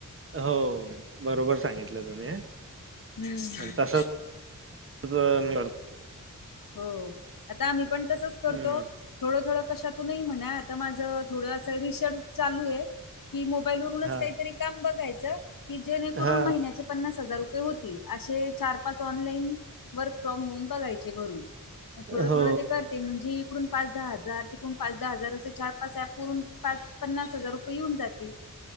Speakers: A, on the right; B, on the left.
A: हो बरोबर सांगितलं तुम्ही.
B: <unintelligible>
A: आणि तसंच <unintelligible>
B: हो आता आम्ही पण तसच करतो,
A: हम्म
B: थोडं थोडं कशात म्हणा माझ थोड चालू आहे की मोबाईल वरूनच
A: हा
B: काही तरी काम बघायच की जेने करून
A: हा
B: महिन्याचे पन्नास हजार रुपये होतील अशे चार पाच ऑनलाईन वर्क फ्रॉम होम बघायचे घरून थोडं
A: हो
B: थोडं ते करते म्हणजे इकडून पाच दहा हजार तिकडून पाच दहा हजार असे चार पाच ऍप वरून पाच पन्नास हजार रुपये येऊन जाते